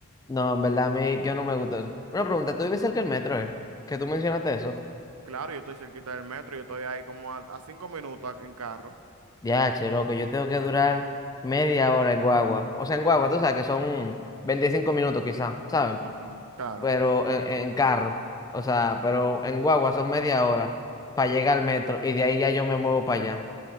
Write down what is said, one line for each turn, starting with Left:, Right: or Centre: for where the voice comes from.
Left: No, en verdad, a mí yo no me gusta eso. Una pregunta, ¿tú vives cerca del metro, eh? Que tú mencionaste eso.
Right: Claro, yo estoy cerquita del metro, yo estoy ahí como a, a cinco minutos en carro.
Left: Ya, che, loco, yo tengo que durar media hora en Guagua. O sea, en Guagua, tú sabes que son 25 minutos quizás, ¿sabes?
Right: Ujú, claro,
Left: Pero en, en carro. O sea, pero en Guagua son media hora para llegar al metro y de ahí ya yo me muevo para allá.